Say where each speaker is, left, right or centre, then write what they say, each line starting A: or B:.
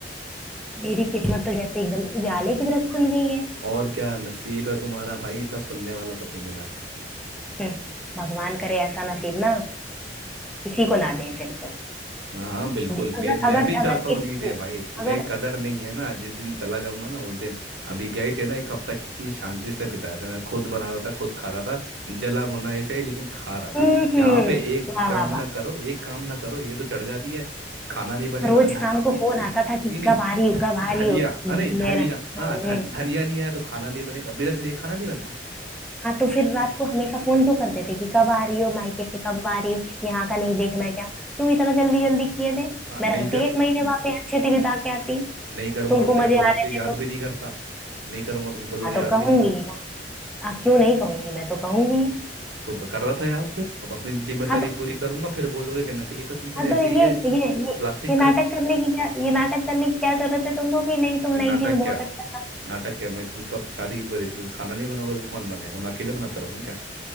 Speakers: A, in the centre; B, on the right.
A: मेरी किस्मत तो जैसे एकदम उजाले की तरह खुल गई है
B: और क्या नसीब है तुम्हारा भाई इतना सुनने वाला पति मिला है
A: हम्म, भगवान करे ऐसा नसीब ना किसी को ना दें फिर तो
B: हाँ बिल्कुल
A: अगर
B: मेरे मैं
A: अगर
B: भी चाहता
A: अगर
B: हूँ
A: इस
B: नहीं दे भाई तुम्हें
A: अगर
B: कदर नहीं है ना जिस दिन चला जाऊंगा ना उस दिन अभी गए थे ना एक हफ्ता कितनी शांति से बिताया था मैं खुद बना रहा था खुद खा रहा था जला भुना ही सही लेकिन खा रहा
A: हम्म
B: था
A: हम्म,
B: यहाँ पे एक
A: वाह
B: काम
A: वाह
B: ना
A: वाह
B: करो एक काम ना करो ये तो चढ़ जाती है खाना नहीं बनेगा
A: रोज
B: ध,
A: शाम को फोन
B: नहीं
A: आता था
B: नहीं
A: कि
B: नहीं
A: कब आ रही
B: ध,
A: हो कब आ
B: धनिया
A: रही हो
B: अरे धनिया
A: मेरा
B: हाँ
A: हम्म,
B: धन
A: हम्म।
B: धनिया नहीं आया तो खाना नहीं बनेगा बिना धनिया खाना नहीं बनता
A: हाँ तो फिर रात को हमेशा फोन क्यों करते थे कि कब आ रही हो मायके से कब आ रही हो यहाँ का नहीं देखना क्या क्यों इतना जल्दी जल्दी किए थे
B: हाँ
A: मैं
B: नहीं
A: रहती
B: कर
A: एक महीने
B: नहीं
A: वहां पे अच्छे से बिता के आती
B: नहीं करूंगा
A: तुमको
B: तो फिर
A: मजे
B: बोलोगे
A: आ रहे
B: याद
A: थे तो
B: भी नहीं करता नहीं करूंगा तो फिर बोलोगे
A: हाँ तो
B: याद
A: कहूंगी
B: भी नहीं करता
A: ना हाँ क्यों नहीं कहूंगी मैं तो कहूंगी
B: तो मैं कर रहा था याद फिर अब अपनी जिम्मेदारी
A: हाँ तो
B: पूरी करूंगा फिर बोलोगे कि नकली पति है
A: हाँ तो
B: ऐसे ही
A: ये
B: है
A: ये ये
B: प्लास्टिक
A: ये नाटक
B: का है
A: करने की क्या ये नाटक करने की क्या जरूरत है तुमको कि नहीं तुम
B: तो
A: नहीं
B: नाटक
A: थी तो
B: क्या
A: बहुत अच्छा था
B: नाटक क्या मैं कब शादी क्यों करी थी फिर खाना नहीं बनाओगे तो कौन बनाएगा मैं अकेले बनाता रहूंगा क्या